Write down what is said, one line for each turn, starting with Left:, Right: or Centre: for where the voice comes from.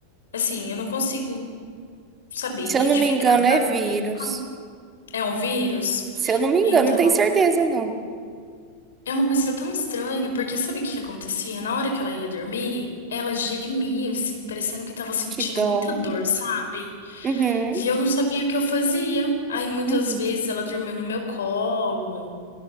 Left: Assim, eu não consigo saber
Right: Se
Left: identificar,
Right: eu não me engano,
Left: sabe?
Right: é vírus.
Left: Ah, É um vírus?
Right: Se eu não me engano,
Left: Então,
Right: não tenho certeza, não.
Left: é uma coisa tão estranha, porque sabe o que que acontecia? Na hora que ela ia dormir, ela gemia, assim, parecendo que tava sentindo
Right: Que dó.
Left: muita dor, sabe?
Right: Uhum,
Left: E eu não sabia o que eu fazia. Aí muitas
Right: uhum.
Left: vezes ela dormiu no meu colo,